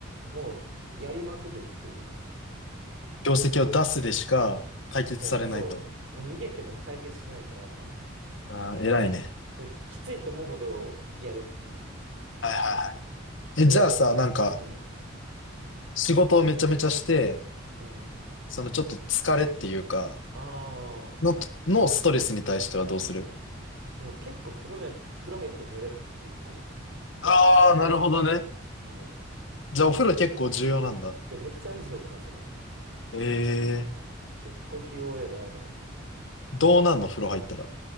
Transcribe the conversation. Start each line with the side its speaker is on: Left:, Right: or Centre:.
Right: もう、やりまくるっていう
Left: 業績を出すでしか解決されないと。
Right: か、もう、そう、もう逃げても解決しないから、
Left: ああ、偉いね。
Right: それきついと思うほどやるっていう感じなんだよね。
Left: はいはいはい。
Right: で、
Left: え、じゃあさ、なんか、
Right: うん、
Left: 仕事をめちゃめちゃして、
Right: うん。
Left: そのちょっと疲れっていうか、
Right: あ
Left: の、
Right: あ、
Left: のストレスに対してはどうする
Right: でも結構風呂ね、風呂入って寝れば結構
Left: ああー、
Right: 幸せって感じる。
Left: なるほどね。
Right: うん。い
Left: じゃあお風呂結構重要なんだ。
Right: や、めっちゃ大丈夫か、僕はそれ。
Left: ええ
Right: 結構 QOL 上がる。
Left: ー、どうなんの風呂入ったら。